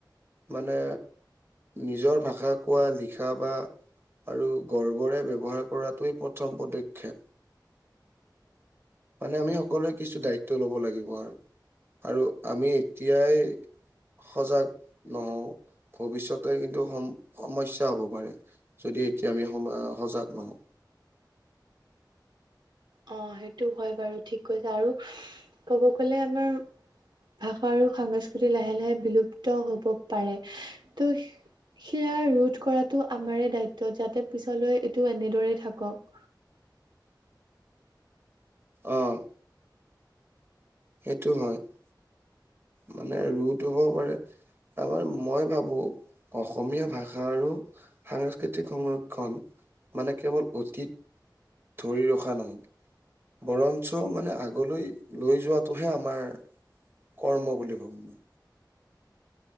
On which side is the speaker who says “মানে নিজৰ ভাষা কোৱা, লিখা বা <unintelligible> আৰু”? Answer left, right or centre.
Right